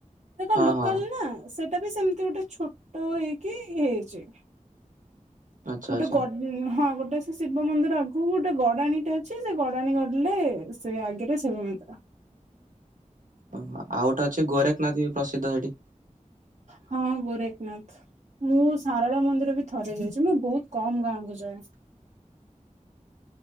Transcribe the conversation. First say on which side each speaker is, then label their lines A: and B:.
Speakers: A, on the right; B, on the right.
A: ସେ କଣ
B: ହଁ
A: ଲୋକାଲ
B: ହଁ
A: ନା ସେ ସେଟା ବି ସେମିତି ଗୋଟେ ଛୋଟ ହେଇକି ହେଇଛି।
B: ଆଚ୍ଛା
A: ଗୋଟେ
B: ଆଚ୍ଛା
A: ଗ ହଁ ଗୋଟ ଗୋଟ ସେ ଶିବ ମନ୍ଦିର ଆଗକୁ ଗୋଟେ ଗଡାଣୀଟା ଅଛି ସେ ଗଡାଣି ଗଡିଲେ ସେ ଆଗରେ ଶିବ ମନ୍ଦିର।
B: ଓହୋ ଆଉ ଗୋଟେ ଅଛି ଗୋରେଖନାଥ ବି ପ୍ରସିଦ୍ଧ ସେଠି।
A: ହଁ ଗୋରେଖନାଥ ମୁଁ ସାରଳା ମନ୍ଦିର ବି ଥରେ ଯାଇଛି ମୁଁ ବହୁତ କମ ଗାଁ କୁ ଯାଏ